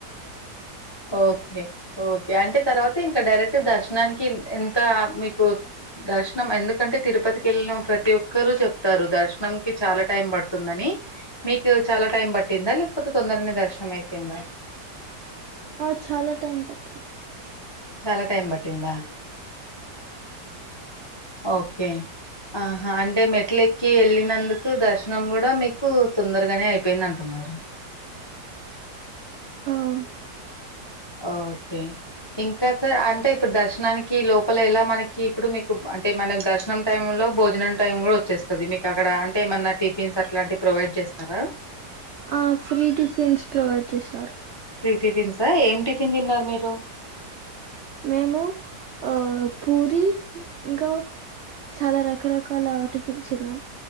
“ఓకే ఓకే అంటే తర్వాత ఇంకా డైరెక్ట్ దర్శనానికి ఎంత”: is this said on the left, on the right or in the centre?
Left